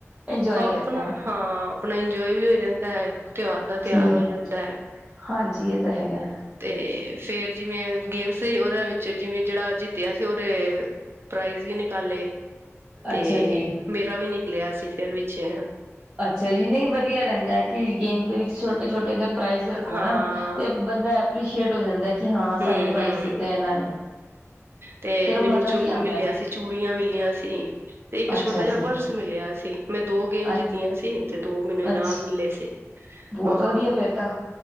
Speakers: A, on the right (about 15°); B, on the right (about 50°).
A: ਇੰਜੋਏ
B: ਆਓ
A: ਕਰਨਾ
B: ਆਪਣਾ।
A: ਹੈ
B: ਹਾਂ ਆਪਣਾ ਇੰਜੋਏ ਵੀ ਹੋ ਜਾਂਦਾ ਹੈ। ਤਿਉਹਾਰ ਦਾ ਤਿਉਹਾਰ
A: ਠੀਕ
B: ਹੋ ਜਾਂਦਾ ਹੈ
A: ਹਾਂਜੀ ਇਹ ਤਾਂ ਹੈਗਾ
B: ਤੇ ਫੇਰ ਜਿਵੇਂ ਗੇਮਸ ਸੀ ਉਹਨਾਂ ਵਿੱਚ ਜਿਵੇਂ ਜਿਹੜਾ ਜਿੱਤਿਆ ਸੀ ਉਹਦੇ ਪ੍ਰਾਈਜ਼ ਵੀ ਨਿਕਾਲੇ। ਤੇ
A: ਅੱਛਾ ਜੀ
B: ਮੇਰਾ ਵੀ ਨਿਕਲਿਆ ਸੀ ਫਿਰ ਵਿੱਚੇ
A: ਅੱਛਾ ਜੀ ਨਹੀਂ ਵਧੀਆ ਰਹਿੰਦਾ ਹੈ ਕਿ ਗੇਮ ਦੇ ਵਿੱਚ ਛੋਟੇ ਛੋਟੇ ਅਗਰ ਪ੍ਰਾਈਜ਼
B: ਹਾਂ
A: ਤੇ ਬੰਦਾ ਐਪਰੀਸ਼ੀਏਟ ਹੋ ਜਾਂਦਾ ਕਿ ਹਾਂ
B: ਹੂੰ-ਹੂੰ
A: ਸਾਨੂੰ ਪ੍ਰਾਈਜ਼ ਦਿੱਤੇ ਇਹਨਾਂ ਨੇ।
B: ਤੇ
A: ਫੇਰ
B: ਮੈਨੂੰ
A: ਉਹ ਮਜ਼ਾ
B: ਚੂ
A: ਵੀ ਆਉਂਦਾ
B: ਮਿਲਿਆ ਸੀ। ਚੂੜੀਆਂ ਮਿਲੀਆਂ ਸੀ ਤੇ ਇੱਕ ਛੋਟਾ
A: ਅੱਛਾ
B: ਜਿਹਾ
A: ਜੀ
B: ਪਰਸ ਮਿਲਿਆ ਸੀ ਮੈਂ ਦੋ ਗੇਮ
A: ਅ
B: ਜਿੱਤਿਆਂ ਸੀ। ਤੇ ਦੋ ਮੈਨੂੰ ਇਨਾਮ
A: ਅੱਛ
B: ਮਿਲੇ ਸੀ।
A: ਬਹੁਤ
B: ਹਾਂ
A: ਵਧੀਆ ਫੇਿਰ ਤਾਂ,